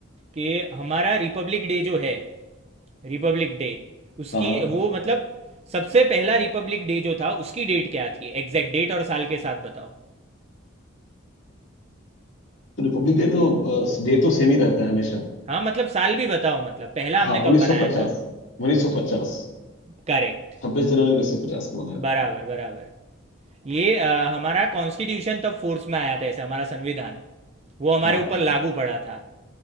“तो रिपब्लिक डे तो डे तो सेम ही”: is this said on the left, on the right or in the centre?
Left